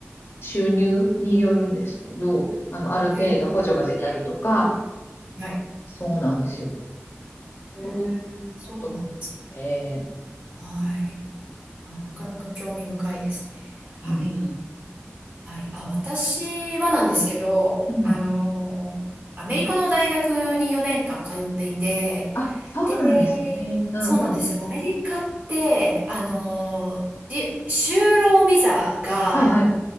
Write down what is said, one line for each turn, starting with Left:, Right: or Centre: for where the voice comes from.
Left: 収入によるんですけど、あの、ある程度補助が出たりとか、
Right: へえ。はい。
Left: そうなんですよ。
Right: へえ、
Left: そういう
Right: そうなんです。
Left: ことがあって
Right: はい。ああ、なかなか興味深いですね。はい。
Left: うんうん。
Right: はい。あ、私はなんですけど、
Left: うん
Right: あの、アメリカの大学に4年間通っていて、
Left: あ、そうなんですね。
Right: で、
Left: うんうん。
Right: そうなんですよ。アメリカって、あの、り就労ビザが、
Left: はいはい。